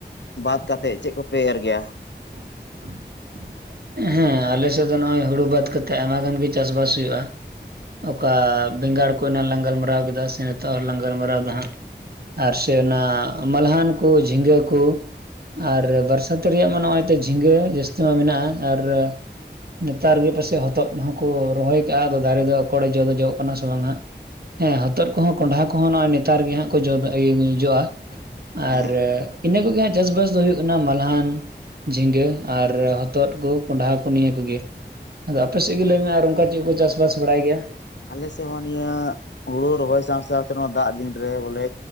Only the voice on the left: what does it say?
ᱵᱟᱫ ᱠᱟᱛᱮᱫ ᱪᱮᱫ ᱠᱚᱯᱮ ᱮᱨ ᱜᱮᱭᱟ?
ᱦᱮᱸ
ᱟᱞᱮ ᱥᱮᱫ ᱦᱚᱸ ᱱᱤᱭᱟᱹ ᱦᱩᱲᱩ ᱨᱚᱦᱚᱭ ᱥᱟᱶ ᱥᱟᱶᱛᱮ ᱫᱟᱜ ᱫᱤᱱ ᱨᱮ ᱵᱚᱞᱮ